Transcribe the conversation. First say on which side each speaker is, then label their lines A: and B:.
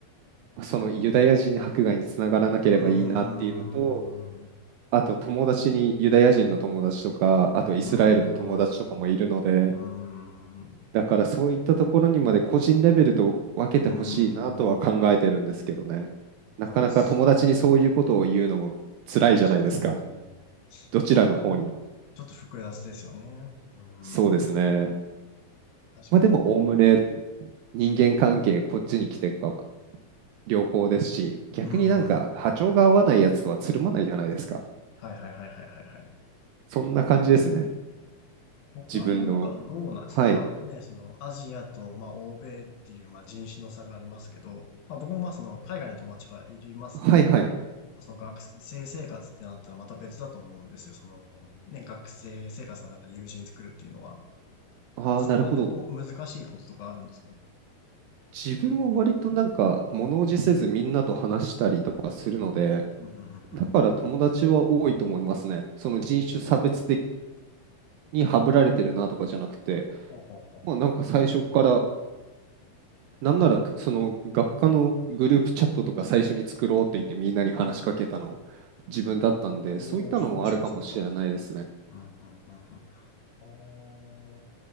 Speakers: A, on the right; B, on the left.
A: そのユダヤ人迫害につながらなければいいなっていうのと、
B: うーん、う
A: あと友達にユダヤ人の友達とか、あとイスラエルの友達とかもいるので、
B: ーん、うーん、
A: だからそういったところにまで個人レベルと分けてほしいなとは考えてるんですけどね。
B: うーん。
A: なかなか友達にそういうことを言うのも辛いじゃないですか。
B: そうっすよね。チェうん。こ
A: どちらの方にも。
B: こら辺ちょっと複雑ですよね。う
A: そうですね。
B: ーん、確かに。
A: まあでもおおむね人間関係こっちに来てか良好ですし、逆になんか波長が合わないやつとはつるまないじゃないですか。
B: うーん。はいはいはいはいはいはい。
A: そんな感じですね。
B: そこら辺なんかどうなんですまあね、
A: 自分の。はい。
B: そのアジアとまあ欧米っていうまあ人種の差がありますけど、まあ僕もまあその海外の友達がいりますけど、
A: はいはい。
B: その学生生活ってなったらまた別だと思うんですよ。そのね、学生生活の中で友人作るっていうのは。
A: ああ、
B: なんかそこら辺のこう難しいこととかあるんですか
A: なるほど。自分は割となんか物おじせずみんなと話したりとかするので、
B: うん、うん、うん、
A: だから友達は多いと思いますね。
B: うん。
A: その人種差別的
B: おー。
A: にハブられてるなとかじゃなくて、
B: はははははは。
A: まあ、なんか最初からなんならその学科のグループチャットとか最初に作ろうって言ってみんなに話しかけたの自分だったんで、
B: おー、
A: そういったのもあるかもしれないですね。
B: すごいですね、それは。うん、うん、うん、うん。あー